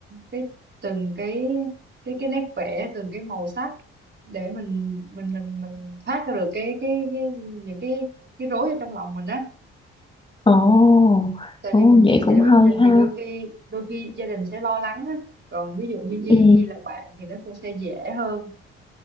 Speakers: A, on the right; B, on the left.
A: cái từng cái cái cái nét vẽ từng cái màu sắc để mình mình mình mình thoát ra được cái cái cái những cái cái rối ở trong lòng mình á
B: Ồ,
A: tại
B: ồ
A: vì mình
B: vậy
A: chia sẻ
B: cũng
A: với
B: hay
A: gia đình thì
B: ha.
A: đôi khi đôi khi gia đình sẽ lo lắng á còn ví dụ như Nhi
B: Ừ.
A: Nhi là bạn thì nó cũng sẽ dễ hơn